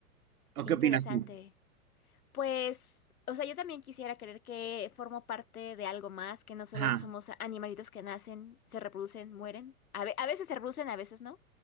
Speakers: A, on the right (about 80°); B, on the left (about 80°).
A: ¿O
B: Qué
A: qué
B: interesante.
A: opinas tú?
B: Pues, o sea, yo también quisiera creer que formo parte de algo más, que no solo
A: Ajá,
B: somos animalitos que nacen, se reproducen, mueren. A ve- a veces se reproducen, a veces no.